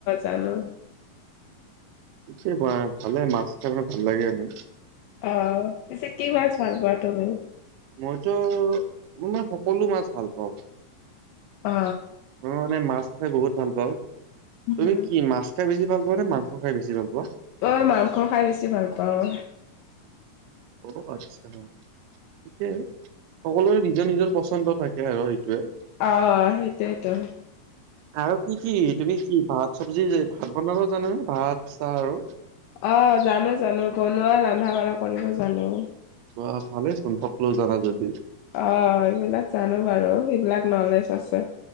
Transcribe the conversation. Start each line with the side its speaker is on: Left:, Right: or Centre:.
Left: জানো
Right: এয়ে ভালে মাছ কাৰাৰণে ভাল লাগে আন
Left: অ পিছে কিমান ভাল পোৱা তুমি
Right: মইতো মাৰ সকলো মাছ ভাল পাওঁ
Left: অ
Right: মই মানে মাছ খাই বহুত ভাল পাওঁ
Left: উম।
Right: তুমি কি মাছ খাই বেছিাল পোৱা নে মাংস খাইেছি ভাল পোৱা
Left: অঐ মাংস খাই বেছি ভাল পাওঁ
Right: অ আচছা হ সিকয় সকলোৰে নিজৰ নিজৰ পচন্দ থাকে আৰু সেইটয়ে
Left: অ সেইটোটোো
Right: আৰু কি কি তুমি কি ভাত চব্জি ভাত বনাব জানানানে ভাত চাহ আৰু
Left: অ জানো জানো বনোৱা ৰন্ধা বঢ়া কৰিব জানো
Right: বা ভালে চোন থকলেোও জানা যদি
Left: অ এইবিলাক জানো বাৰু সবিলাক নলেজ আছে